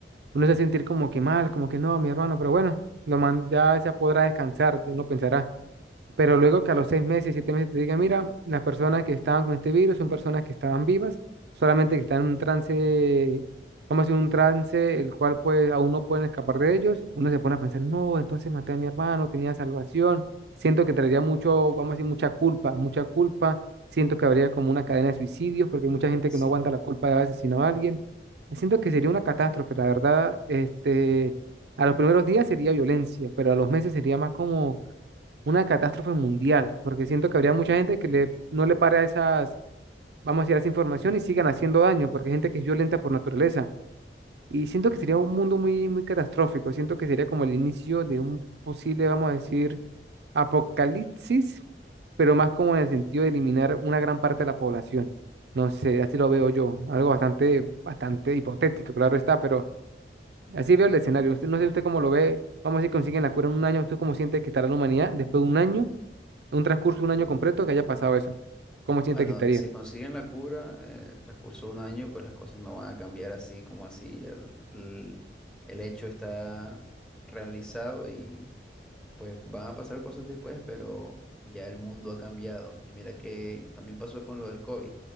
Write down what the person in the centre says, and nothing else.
Sí.
Bueno,
si consiguen la cura, eh, el transcurso de un año, pues las cosas no van a cambiar así como así. El, el- el hecho está realizado Pues van a pasar cosas después, pero ya el mundo ha cambiado. Y mira que también pasó con lo del COVID.